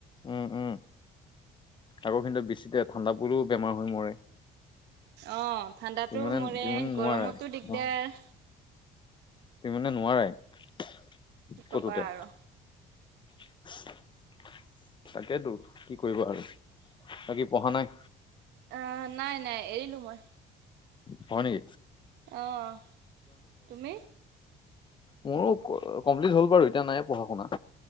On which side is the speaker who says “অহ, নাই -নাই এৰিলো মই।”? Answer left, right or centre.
Right